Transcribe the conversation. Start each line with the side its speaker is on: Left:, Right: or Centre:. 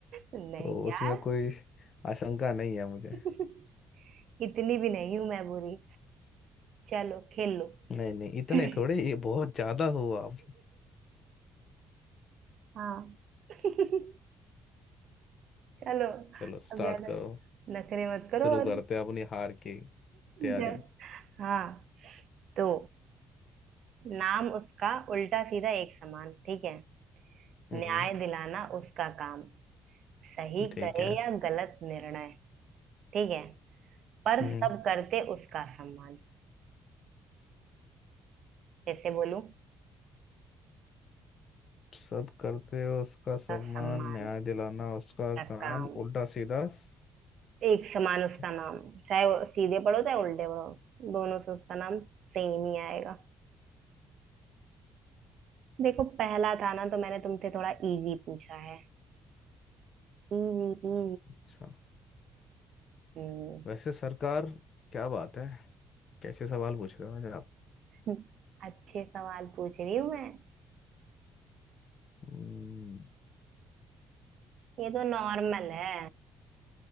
Right: नहीं
Left: तो
Right: यार
Left: उसमें कोई आशंका नहीं है मुझे
Right: <laughs> इतनी भी नहीं हूं मैं बुरी चलो खेल लो
Left: नहीं नहीं इतने
Right: <laughs>
Left: थोड़े ये बहुत ज्यादा हो आप
Right: हाँ <laughs> चलो
Left: चलो स्टार्ट
Right: अब ज्यादा
Left: करो
Right: नखरे मत करो
Left: शुरू
Right: और
Left: करते हैं अपनी हार की तैयारी
Right: जा हाँ तो नाम उसका उल्टा सीधा एक समान ठीक है
Left: हम्म
Right: न्याय दिलाना उसका काम सही
Left: ठीक
Right: करे
Left: है
Right: या गलत निर्णय ठीक है पर
Left: हम्म
Right: सब करते उसका सम्मान कैसे बोलूं
Left: सब करते हो उसका
Right: उसका
Left: सम्मान
Right: सम्मान
Left: न्याय दिलाना उसका
Right: का
Left: कान
Right: काम
Left: उल्टा सीधा स-
Right: एक समान उसका
Left: क्या
Right: नाम चाहे वो सीधे पढ़ो चाहे उल्टे पढ़ो दोनों से उसका नाम सेम ही आएगा देखो पहला था ना तो मैंने तुमसे थोड़ा इजी पूछा है Easy peasy
Left: अच्छा
Right: हम्म
Left: वैसे सरकार क्या बात है कैसे सवाल पूछ रहे हो मुझे आप
Right: <laughs> अच्छे सवाल पूछ रही हूँ मैं
Left: हम्म,
Right: ये तो नॉर्मल है